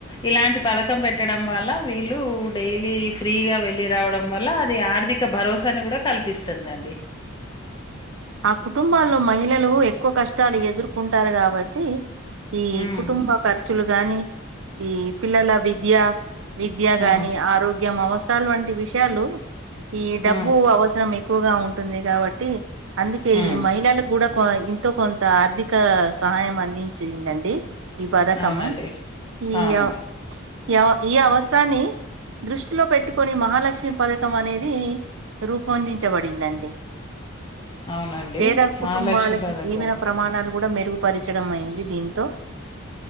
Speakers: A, on the left; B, on the right.
A: ఇలాంటి పథకం పెట్టడం వల్ల. వీళ్ళూ డైలీ ఫ్రీగా వెళ్లి రావడం వల్ల అది ఆర్థిక భరోసాని గూడా కల్పిస్తుందండి.
B: ఆ కుటుం.. బాల్లో మహిళలు ఎక్కుకష్టాలు ఎదుర్కుంటారు గాబట్టి. ఈ
A: ఉమ్
B: కుటుంబకర్. తులు గాని, ఈ పిల్లల విద్య. విద్యా గాని,
A: ఉమ్
B: ఆరోగ్యం అవస్. <inaudible> వంటి విష్యాలు. ఈ డబ్బు
A: ఉమ్
B: అవసరం ఎక్కు. పోగా ఉన్. టుంది గాబట్టి. అందుకే
A: ఉమ్
B: ఈ మహిళల్ గూడా. కో ఇంతో కొంత ఆర్థిక సహాయం అందించిందండి. ఈ బదకము
A: అవునండి
B: ఈఆ.
A: అవును
B: ఎవ ఈ అవసరాన్ని దృష్టిలో పెట్టుకొని మహాలక్ష్మి పథకం అనేది రూపొందించబడిందండి
A: అవునండి
B: పేద కుటుంబాలకి
A: మహాలక్ష్మి పథకం
B: జీవన ప్రమాణాలు కూడా మెరుగుపరచడం అయింది దీంతో